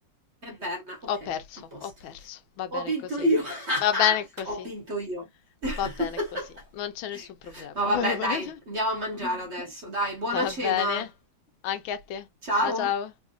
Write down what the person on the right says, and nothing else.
È Berna. Ok,
a posto.
Ho vinto
io. <laughs>
Ho vinto io. <laughs>
No,
vabbè, dai, andiamo a mangiare adesso. Dai, buona
cena.
Ciao.
Ciao.